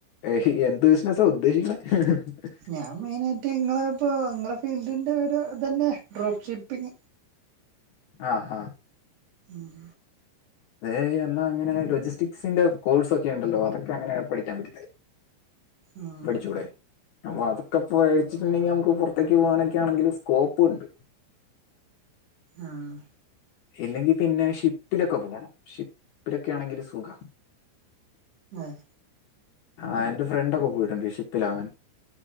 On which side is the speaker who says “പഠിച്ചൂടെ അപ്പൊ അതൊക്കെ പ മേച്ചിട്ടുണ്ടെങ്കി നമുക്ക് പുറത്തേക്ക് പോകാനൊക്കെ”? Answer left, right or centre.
Left